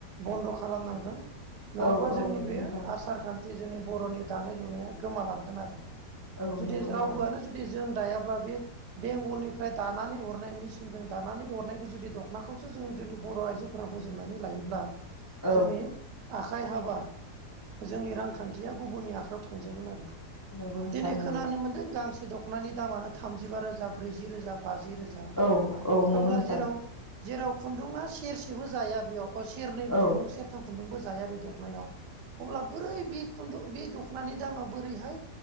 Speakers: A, on the right; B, on the left.
A: बन्द' खालामनांगोन नङाबा
B: औ
A: जोंनि
B: औ नंगौ
A: बेयो
B: नोंथां
A: आसार खान थि जोंनि बर'नि दानाय लुनाया गोमालांगोन आरो
B: औ
A: जुदि
B: नंगौ
A: रावबोआनो
B: नोंथां
A: जुदि जों दायाब्ला बे बेंगलनिफ्राय दानानै हरनाय मेसिनजों दानानै हरनायखौ जुदि दख'नाखौसो जों जुदि बर' आइजो फोरा बजबनानै लायोब्ला
B: औ
A: जोंनि आखाय हाब बा जोंनि रांखान्थिया गुबुननि आखायाव थांजोबगोन आरो
B: नंगौ नोंथां
A: दिनै
B: नंगौ
A: खोनानो मोन्दों गांसे दख'नानि दामानो थामजिबा रोजा ब्रैजि रोजा बाजि रोजा
B: औ औ नंगौ
A: अब्ला
B: नोंथां
A: जेराव जेराव खुन्दुङा सेरसेबो जाया बेयाव सेरनै
B: औ
A: खुन्दुं सेरथाम खुन्दुंबो जाया बे दखना अब्ला बोरै बे खुन्दुं बे दखनायाव दखनानि दामा बोरैहाय